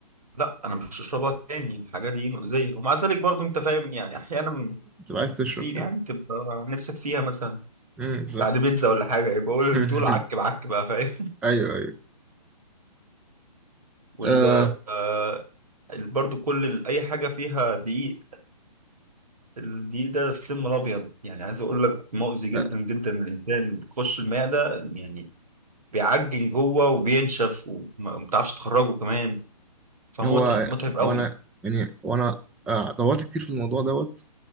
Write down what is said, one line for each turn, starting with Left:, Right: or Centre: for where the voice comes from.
Right: لا انا مش هشربها تاني الحاجه دي مؤذيه ومع ذلك برضو انت فاهم يعني احيانا
Centre: بتبقى عايز تشرب
Right: كتير
Centre: كده
Right: يعني تبقى نفسك فيها مثلا
Centre: امم بالظبط
Right: بعد بيتزا ولا حاجه يبقى بقول
Centre: <laughs>
Right: بتقول عك بعك بقى فاهم
Centre: ايوه ايوه
Right: <laughs> وال
Centre: آه
Right: آه، ال- برضو كل ال- اي حاجه فيها دقيق الدقيق ده السم الابيض يعني عايز اقول لك مؤذي جدا
Centre: آه،
Right: جدا للانسان بيخش المعده يعني بيعجن جوه وبينشف وما بتعرفش تخرجه كمان فمتعب
Centre: هو
Right: متعب قوي
Centre: هو انا يعني وانا آه دورت كتير في الموضوع دوت